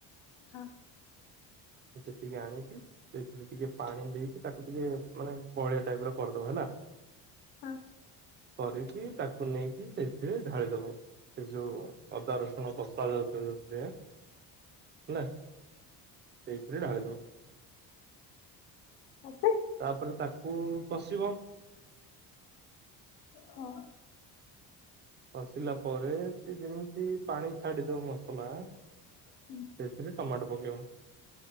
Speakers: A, on the left; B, on the right.
A: ହଁ।
B: ମୁଁ ସେତିକି ଆଣବି। ସେଥିରେ ଟିକେ ପାଣି ଦେଇକି ତାକୁ ଟିକେ ମାନେ ବହଳିଆ ଟାଇପ ର କରିଦବ ହେଲା।
A: ହଁ।
B: କରିକି ତାକୁ ନେଇକି ସେଥିରେ ଢାଳିଦବ। ସେ ଯୋଉ ଅଦା ରସୁଣ କସା ଯୋଉଥିରେ ଯୋଉଥିରେ ହେଲା। ସେଇଥିରେ ଢାଳି ଦବ।
A: ତା ପରେ?
B: ତାପରେ ତାକୁ କଷିବ
A: ହଁ।
B: କସିଲା ପରେ ସେ ଯେମିତି ପାଣି ଛାଡି ଦବ ମସଲା।
A: ହୁଁ।
B: ସେଥିରେ ଟମାଟୋ ପକେଇବ